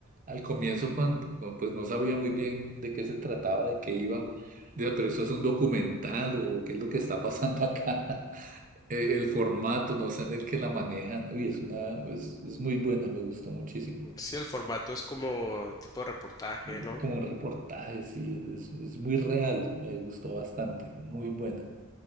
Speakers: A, on the right; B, on the left.
A: al comienzo cuando, cuando, pues no sabía muy bien de qué se trataba, de qué iba. Digo, pero esto es un documental o qué es lo que está pasando acá. <laughs> Eh, El formato, no sé en el que la manejan. Uy, es una, es, es muy buena, me gustó muchísimo.
B: Sí, el formato es como tipo de reportaje,
A: Y
B: ¿no?
A: como reportaje, sí, es, es muy real, me gustó bastante, muy buena.